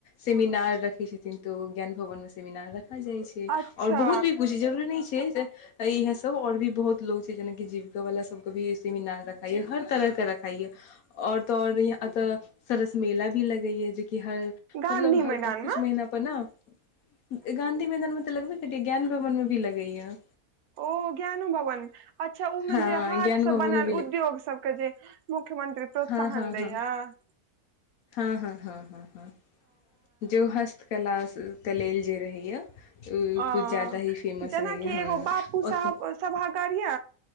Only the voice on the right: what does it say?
अच्छा
गाँधी
मैदान
मे
ओ ज्ञानुभवन अच्छा उमे
जे हाथसँ
बनल
उद्योग सबके जे मुख्यमंत्री प्रोत्साहन
दैया
<inaudible>
ओ
जेनाकि
एगो बापू साहब
सभागार ये